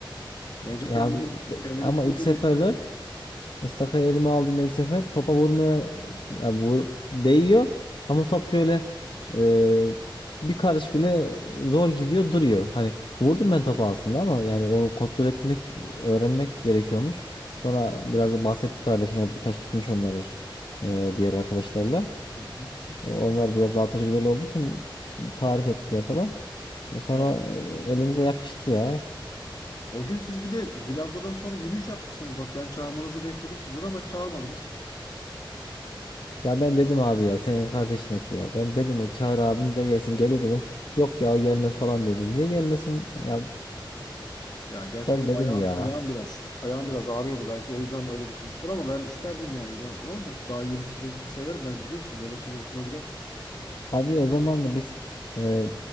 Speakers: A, on the left; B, on the left.
A: Bence
B: Ya
A: kendini
B: abi
A: kendini
B: ama
A: bu konuda
B: ilk seferler
A: geliştirebilirsin.
B: Mıstaka'yı elime aldığımda ilk sefer topa vurmaya ya vur, değiyor ama top şöyle e, bir karış bile zor gidiyor duruyor. Hani vurdum ben topu aslında ama yani onu kontrol etmek öğrenmek gerekiyormuş. Sonra biraz da bahsetti kardeşin o birkaç gitmiş onlar e, diğer arkadaşlarla.
A: Hı hı.
B: E, Onlar biraz daha tecrübeli olduğu için tarif ettiler falan. Sonra
A: Ya
B: e, elimize yakıştı ya.
A: O gün siz bir de bilardodan sonra yürüyüş yapmışsınız. Bak ben çağırmanızı bekledim sizden ama çağırmadınız.
B: Ya ben dedim abi ya senin kardeşin hep ya. Ben dedim çağır abin de gelsin gelir dedim. Yok ya o gelmez falan dedi. Niye gelmesin? Ya
A: Ya gerçi
B: ben
A: benim
B: dedim
A: aya-
B: ya.
A: ayağım biraz ayağım biraz ağrıyordu belki o yüzden öyle düşünmüştür ama ben isterdim yani. Ne, ne olacak? Daha yürüyüşü trekking severim ben biliyorsun böyle şeyler hoşuma gider.
B: Abi o zaman biz e,